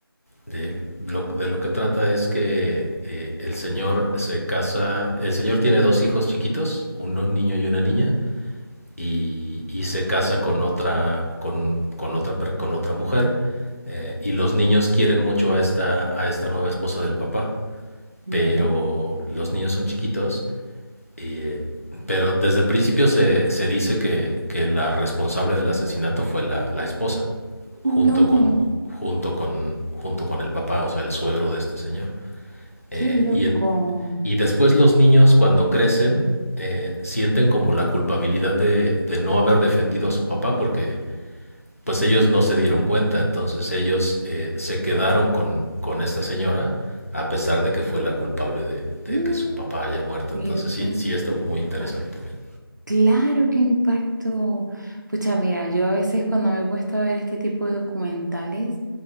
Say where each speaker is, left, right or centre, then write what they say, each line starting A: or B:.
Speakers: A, on the left; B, on the right.
A: de lo, de lo que trata es que eh, el señor se casa, el señor tiene dos hijos chiquitos, un niño y una niña, y, y se casa con otra, con, con otra, per- con otra mujer, eh, y los niños quieren mucho a esta, a esta nueva esposa del papá
B: ¿Vale?
A: pero los niños son chiquitos, eh, pero desde el principio se, se dice que, que, la responsable del asesinato fue la, la esposa, junto
B: No,
A: con, junto, con, junto con el papá, o sea, el suegro de este señor. Eh,
B: qué loco.
A: y, en, y después los niños cuando crecen eh, sienten como la culpabilidad de, de, no haber defendido a su papá porque pues ellos no se dieron cuenta, entonces ellos eh, se quedaron con, con esta señora a pesar de que fue la culpable de,
B: Mm,
A: de que su papá haya muerto.
B: Pero
A: Entonces sí,
B: qué
A: sí estuvo muy
B: impacto.
A: interesante también.
B: Claro, qué impacto. Pucha, mira, yo a veces cuando me he puesto a ver este tipo de documentales,